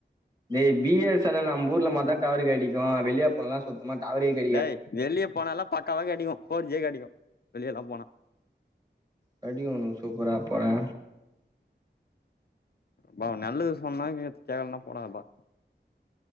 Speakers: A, on the right; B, on the left.
A: ஏ பி எஸ் ஸெனல் நம்மூர்ல மாதா டவரு கெடைக்கூ வெளிய போன்லா சுத் மா டவறே கெ
B: டய் வெளியபோனாலா பக்காவா கெடைக்கூ போர்ஜி கெடைக்கூ வெளியலா போனா
A: கடிக்கூ ஒன்க்கு சூப்பரா போடா
B: ப்பா அவ் நல்லது சொன்னா கேட்டனா போடாப்பா